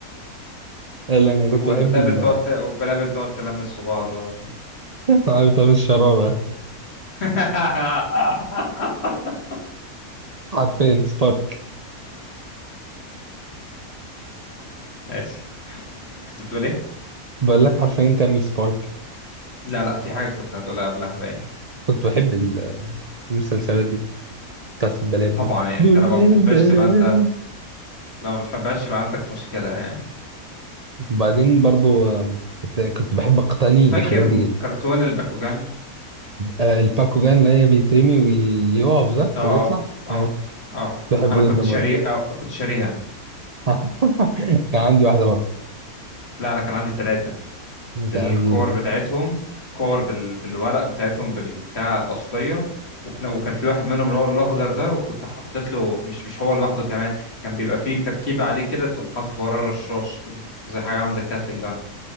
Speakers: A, on the right; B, on the left.
A: لا انا كنت
B: والبلابل
A: بحب ال
B: تقعد ت- والبلابل تقعد تلمس في بعض بقى
A: <laughs> عارف تعمل الشراره
B: <laughs>
A: حرفيا سبارك
B: ماشي كنت بتقول ايه؟
A: بقول لك حرفيا تعمل سبارك
B: لا لا في حاجه كنت هتقولها قبلها باين
A: كنت بحب ال- المسلسلات دي بتاعت البلابل
B: طبعا يعني
A: دنيا
B: انت لما بتحبهاش
A: البلابل
B: تبقى انت لما بتحبهاش يبقى عندك مشكلة يعني
A: وبعدين برضه آم، كنت كنت بحب اقتني
B: فاكر
A: الحاجات
B: م-
A: دي جدا
B: كرتون الباكوجان
A: آه، الباكوجان اللي هي بيترمي ويقف ده
B: اه
A: ويطلع
B: اه اه
A: آه، كنت
B: اه
A: بحبه
B: انا كنت
A: جدا برضه
B: شاري آه كنت شاريها
A: <laughs> كان عندي واحدة برضه
B: لا انا كان عندي ثلاثة
A: كان
B: بالكور
A: عندي
B: بتاعتهم كور بال... بالورق بتاعتهم بالبتاع الأصلية وفي... ن- وكان في واحد منهم اللي هو الأخضر ده وكنت حاطط له مش مش هو لوحده كمان كان بيبقى فيه تركيبة عليه كده تقوم حاطط وراه رشاش كده زي حاجة عاملة زي كاتلين جان.